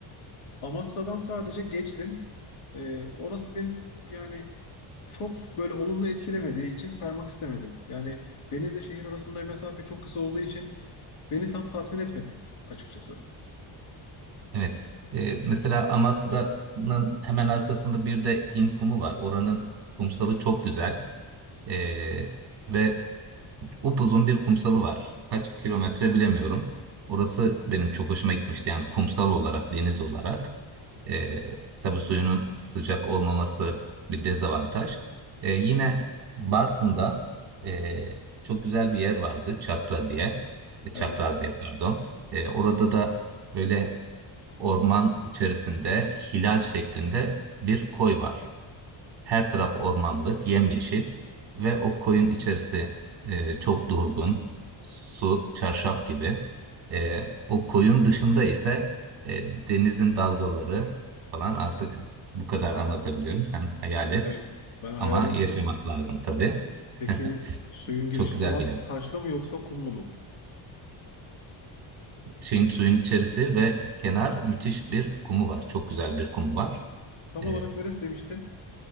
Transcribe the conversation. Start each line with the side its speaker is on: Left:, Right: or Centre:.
Left: Amasra'dan sadece geçtim. Ee, orası beni yani çok böyle olumlu etkilemediği için saymak istemedim. Yani denizle şehir arasında mesafe çok kısa olduğu için beni tam tatmin etmedi açıkçası.
Right: Evet. E, mesela Amasra'nın hemen arkasında bir de İnkumu var. Oranın kumsalı çok güzel. E, ve Upuzun bir kumsalı var. Kaç kilometre bilemiyorum. Orası benim çok hoşuma gitmişti. Yani kumsal olarak, deniz olarak. Ee, tabii suyunun sıcak olmaması bir dezavantaj. Ee, yine Bartın'da ee, çok güzel bir yer vardı. Çakra diye. E, Çakraz
Left: Evet.
Right: diye pardon. Ee, orada da böyle
Left: <clears throat>
Right: orman içerisinde hilal şeklinde bir koy var. Her taraf ormanlık, yemyeşil ve o koyun içerisi e, çok durgun, su, çarşaf gibi. E, o koyun dışında ise e, denizin dalgaları falan artık bu kadar anlatabiliyorum. Sen hayal et
Left: Evet. Ben hayal
Right: ama
Left: ettim.
Right: yaşamak lazım tabii.
Left: Peki
Right: <laughs>
Left: suyun girişi
Right: Çok güzel
Left: falan
Right: bir yer.
Left: taşlı mı yoksa kumlu mu?
Right: Şeyin suyun içerisi ve kenar müthiş bir kumu var. Çok güzel bir kumu var.
Left: Tam
Right: E,
Left: olarak neresi demiştin?